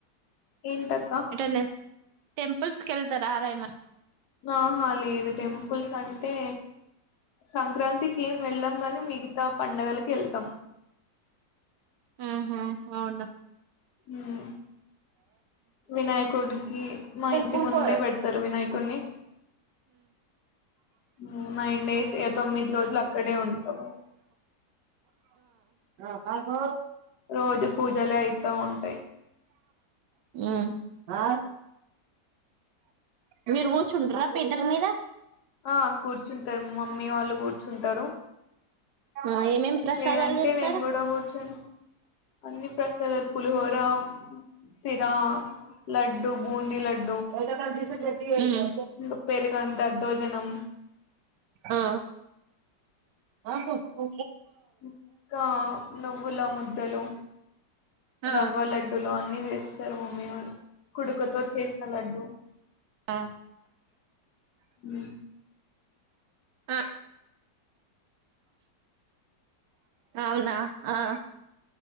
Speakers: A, on the left; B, on the right.
A: ఏంటక్కా
B: ఎటన్నా టెంపుల్స్ కేళ్తారా రా ఏమన్నా
A: ఆహా లేదు టెంపుల్స్ అంటే సంక్రాంతి కి ఏం వెళ్ళలం కని మి గీతా పండుగలు కి వెళ్తాం
B: ఆహా అవున
A: హ్మ్. వినాయకుడికి మా ఇంటి
B: కూకో
A: ముందే పెడతారు వినాయకుడిని. హ్మ్. డేస్ ఇగ రోజులు అక్కడే ఉంటాం.
B: ఆ కాకో
A: రోజు పూజలే అయితా ఉంటాయి
B: ఊ ఆ మీరు కూర్చుంట్ర పీఠల మీద
A: ఆ కూర్చుంటరు మమ్మీ వాళ్ళు కూర్చుంటరు
B: ఆ ఏమేం ప్రసాదాలు
A: లేదంటే
B: చేస్తారు
A: నేను కూడా కూర్చొని అన్ని ప్రశ్ సద పులిహోర సిర లడ్డూ బూంది లడ్డూ
B: ఒక క మ్మ్
A: ఇంకా పెరుగన్నం దద్దోజనం
B: ఆ ఆ కు కు
A: ఆ ఇంకా నువ్వుల ముద్దలు
B: ఆ
A: రవ్వ లడ్డులు అన్ని వేస్త స మమ్మీవాళ్ళు కుడుకుతో చేసిన లడ్డు
B: ఆ
A: మ్మ్
B: ఆ అవునా ఆ